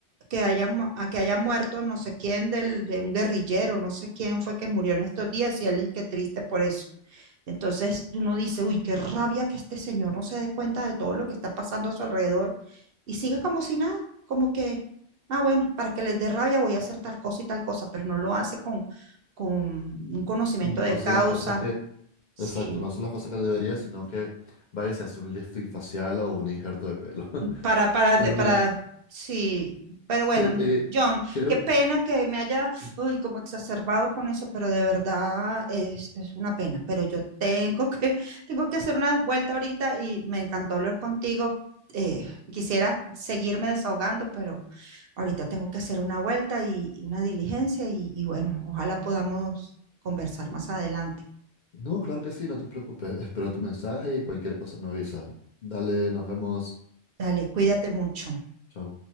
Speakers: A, on the right; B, on the left.
A: que haya, mu- a que haya muerto no sé quién del, de un guerrillero, no sé quién fue que murió en estos días y él es que triste por eso. Entonces uno dice, uy, qué rabia que este señor no se dé cuenta de todo lo que está pasando a su alrededor y siga como si nada, como que, ah, bueno, para que les dé rabia voy a hacer tal cosa y tal cosa, pero no lo hace con, con un conocimiento
B: no
A: de
B: sé
A: causa.
B: las cosas que,
A: Sí.
B: exacto, no sé las cosas que debería, sino que vaya, y se hace un lifting facial o un injerto de pelo. <laughs>
A: Para, para,
B: Pero
A: de-
B: mira,
A: para, sí, pero bueno,
B: Te- eh,
A: John,
B: creo,
A: qué pena que me haya, uy, como exacerbado con eso, pero de verdad es, es una pena, pero yo tengo que, <laughs> tengo que hacer una vuelta ahorita y me encantó hablar contigo. eh, quisiera seguirme desahogando, pero ahorita tengo que hacer una vuelta y, y una diligencia y, y bueno, ojalá podamos conversar más adelante.
B: no, claro que sí, no te preocupes. Espero tu mensaje y cualquier cosa me avisa. Dale, nos vemos.
A: Dale, cuídate mucho.
B: Chao.